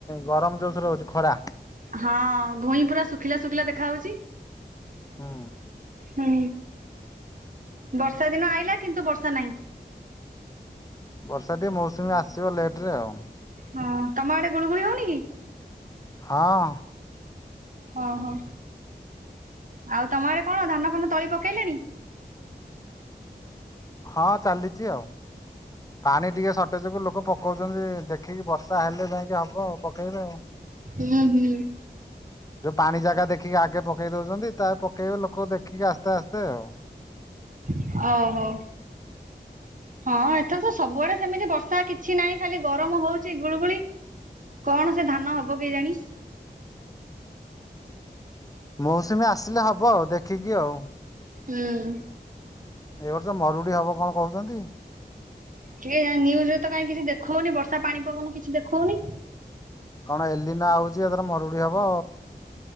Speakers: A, on the left (about 20°); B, on the right (about 50°).
A: ଗରମ ଯୋଶରେ ହୋଉଛି ଖରା।
B: ହଁ ଭୂଇଁ ପୁରା ଶୁଖିଲା ଶୁଖିଲା ଦେଖା ହଉଛି।
A: ହୁଁ।
B: ହୁଁ। ବର୍ଷା ଦିନ ଆଇଲା କିନ୍ତୁ ବର୍ଷା ନାହିଁ।
A: ବର୍ଷା ଟିକେ ମୌସୁମୀ ଆସିବ ଲେଟ ରେ ଆଉ।
B: ହଁ ତମ ଆଡେ ଗୁଳୁଗୁଳି ହଉନି କି?
A: ହଁ।
B: ହଁ ହଁ। ଆଉ ତମ ଆଡେ କଣ ଧାନ ଫନ ତଳି ପକେଇଲେଣି?
A: ହଁ ଚାଲିଛି ଆଉ। ପାଣି ଟିକେ ସର୍ଟେଜକୁୁ ଲୋକ ପକଉଛନ୍ତି ଦେଖିକି ବର୍ଷ। ଶା ହେଲେ ଯାଇକି ହବ ଆଉ ପକେଇବେ ଆଉ।
B: ହୁଁ ହୁଁ।
A: ଯୋଉ ପାଣି ଜାଗା ଦେଖିକି ଆଗେ ପକେଇ ଦଉଛନ୍ତି ତା ପକେଇବେ ଲୋକ ଦେଖିକି ଆସ୍ତେ ଆସ୍ତେ ଆଉ।
B: ଅ ହୋ। ହଁ ଏଥର ତ ସବୁଆଡେ ସେମିତି ବର୍ଷା କିଛି ନାହିଁ ଖାଲି ଗରମ ହଉଛି ଗୁଳୁଗୁଳି। କଣ ସେ ଧାନ ହବ କେଜାଣି?
A: ମୌସୁମୀ ଆସିଲେ ହବ ଆଉ ଦେଖିକି ଆଉ।
B: ହୁଁ।
A: ଏ ବର୍ଷ ମରୁଡି ହବ କଣ କହୁଛନ୍ତି।
B: କିଏ ଜାନ ନ୍ୟୁଜ୍ ରେ ତ କାଇ କିଛି ଦେଖଉନି ବର୍ଷା ପାଣି ପବନ କିଛି ଦେଖଉନି।
A: କଣ ଏଲି ନା ଆଉଛି ଏଥର ମରୁଡି ହବ।